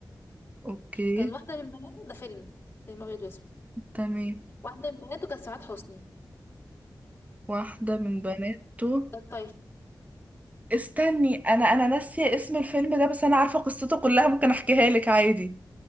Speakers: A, on the right; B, on the left.
A: اوكي
B: كان واحده من بناته ده فيلم فيلم ابيض واسود
A: تمام
B: واحده من بناته كانت سعاد حسني
A: واحدة من بناته
B: وكانت طايشه
A: استني انا انا ناسية اسم الفيلم ده بس انا عارفة قصته كلها ممكن احكيها لك عادي